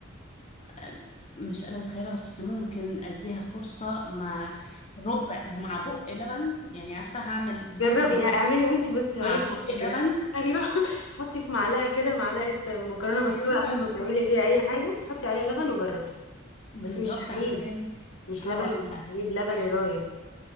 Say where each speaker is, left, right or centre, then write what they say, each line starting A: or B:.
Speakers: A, on the left; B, on the left.
A: أه، مش قادره اتخيلها بس ممكن اديها فرصه مع ربع مع بق لبن يعني عارفه هعمل بق
B: جربي
A: مكرونه
B: يعني اعملي وأنتي بصي
A: مع
B: هقولك
A: بق
B: الفكرة
A: لبن
B: أيوه <laughs> حطي في معلقة كده معلقة مكرونة
A: ايوه
B: مسلوقة قبل ما تعملي فيها أي حاجة حطي عليها لبن وجربي
A: بالظبط
B: بس مش حليب
A: عشان
B: مش
A: اه
B: لبن الحليب لبن الرايب